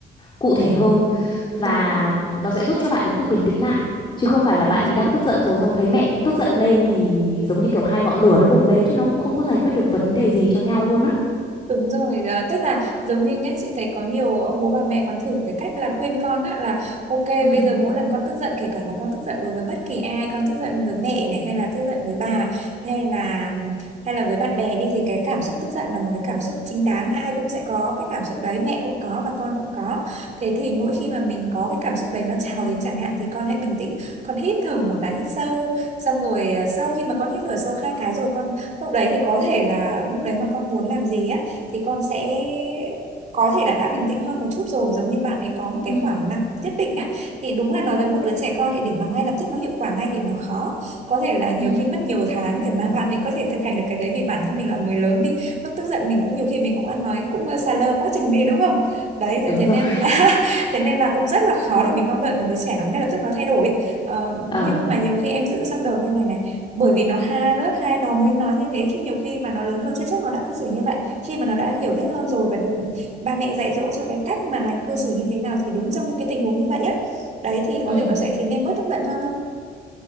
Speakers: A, on the left; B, on the right.
A: cụ thể hơn
B: Đúng
A: và
B: rồi.
A: nó sẽ giúp cho bạn ấy tự bình tĩnh lại chứ không phải
B: Đúng
A: là bạn ấy
B: rồi.
A: đang tức giận rồi xong thấy mẹ cũng tức giận lên thì giống như kiểu hai ngọn lửa nó bùng lên chứ nó cũng không có giải quyết
B: Ừ.
A: được vấn đề gì cho nhau luôn á
B: Đúng rồi, à, tức là giống như nhá, chị thấy có nhiều ông bố bà mẹ còn thử cái cách là khuyên con á là ok
A: ừ
B: bây giờ mỗi lần con tức giận kể cả là con tức giận đối với bất kỳ ai, con tức giận với mẹ này hay là tức giận với bà hay là hay là với bạn bè đi thì cái cảm xúc tức giận là một cái cảm xúc chính đáng, ai cũng sẽ có cái cảm xúc đấy, mẹ cũng có và con cũng có. Thế thì mỗi khi mà mình có cái cảm xúc đấy nó trào đến chẳng hạn thì con hãy bình tĩnh, con hít thở một cái hít sâu, xong rồi à, sau khi mà con hít thở sâu hai cái rồi con lúc đấy thì có thể là lúc đấy mà con muốn làm gì á thì con sẽ có thể là đã bình tĩnh hơn một chút rồi giống như bạn ấy có một cái
A: ừ
B: khoảng nặng nhất định á thì đúng là nói với một đứa trẻ con thì để mà ngay lập tức nó hiệu quả ngay thì nó khó có thể là nhiều
A: ừ
B: khi mất nhiều tháng để mà <laughs> bạn ấy có thể thực hành được cái đấy vì bản thân mình là người lớn đi lúc tức giận mình cũng nhiều khi mình cũng ăn nói cũng xà lơ quá chừng đi đúng không đấy thế
A: đúng
B: thế
A: rồi
B: nên
A: <laughs>
B: là <laughs> thế nên là cũng rất là khó để mình mong đợi một đứa trẻ nó ngay lập tức nó thay đổi ờ, nhưng
A: ờ
B: mà nhiều khi em giữ trong đầu như này này bởi vì nó ha lớp 2 nó mới nói như thế chứ nhiều khi mà nó lớn hơn chưa chắc nó đã cư xử như vậy khi mà nó đã hiểu biết hơn rồi và được ba mẹ dạy dỗ cho cái cách mà lành cư xử như thế nào thì đúng trong những cái tình huống như vậy á đấy thì có
A: ừ
B: thể nó sẽ khiến em bớt tức giận hơn không